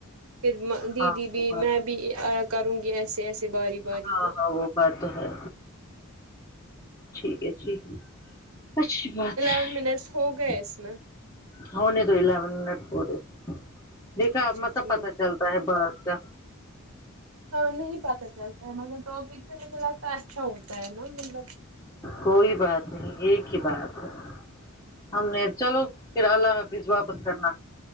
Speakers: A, on the right (about 75°); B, on the left (about 15°).
A: پھر دیدی
B: ہاں
A: بھی
B: وہ بات
A: میں
B: تو،
A: بھی آ کروں گی ایسے ایسے باری باری
B: ہاں
A: تو
B: ہاں وہ بات ہے ٹھیک ہے ٹھیک ہے اچھی بات
A: الیون
B: ہے
A: منٹس ہو گئے اس میں
B: ہونے تو الیون منٹ پورے دیکھا
A: اچھا
B: ملب
A: ٹھیک
B: پتا چلتا ہے بر کا
A: ہاں نہیں پت چلتا ہے مگر ٹاپک سے مجھے لگتا ہے اچھا ہوتا ہے نا مطلب
B: کوئی بات نہیں ایک ہی بات ہے ہم نے چلو پھر اللہ حاف واپس کرنا